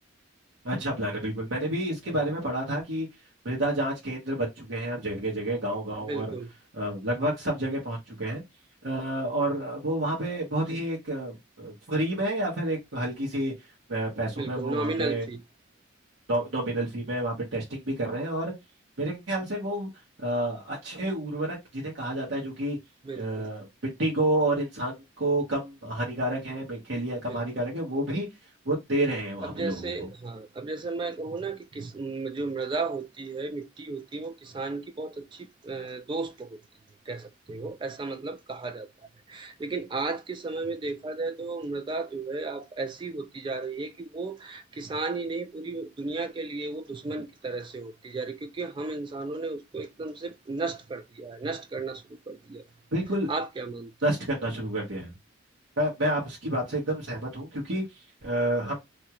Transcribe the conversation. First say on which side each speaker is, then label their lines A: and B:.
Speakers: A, on the right (about 70°); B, on the right (about 25°).
A: अच्छा प्लान है बिल्कुल मैंने भी इसके बारे में पढ़ा था कि मृदा जांच केंद्र बन चुके हैं अब जगह जगह गांव गांव
B: बिल्कुल,
A: और अ, लगभग सब जगह पहुंच चुके हैं अ, और वो वहाँ पे बहुत ही एक अ, फ्री में या फिर एक हल्की सी अ, पैसों
B: बिल्कुल,
A: में वो
B: नॉमिनल
A: वहाँ पे
B: फ़ी।
A: नॉमिनल फी में वहाँ पे टेस्टिंग भी कर रहे हैं और मेरे ख्याल से वो अ, अच्छे उर्वरक जिन्हें कहा जाता है जो कि अ,
B: बिल्कुल,
A: मिट्टी को और इंसान को कम हानिकारक हैं के लिए कम
B: बिल्कुल।
A: हानिकारक है वो भी वो दे रहे हैं वहाँ
B: अब जैसे
A: पे लोगों को
B: हाँ, अब जैसे मैं कहूँ ना कि किस म जो मृदा होती है, मिट्टी होती है, वो किसान की बहुत अच्छी अ, दोस्त होती है, कह सकते हो, ऐसा मतलब कहा जाता है। लेकिन आज के समय में देखा जाए तो मृदा जो है अब ऐसी होती जा रही है कि वो किसान ही नहीं, पूरी दुनिया के लिए वो दुश्मन की तरह से होती जा रही है क्योंकि हम इंसानों ने उसको एकदम से नष्ट कर दिया है, नष्ट करना शुरू कर दिया है।
A: बिल्कुल
B: आप क्या मानते
A: नष्ट
B: हैं?
A: करना शुरू कर दिया है मैं मैं आप उसकी बात से एकदम सहमत हूँ क्योंकि आ, हम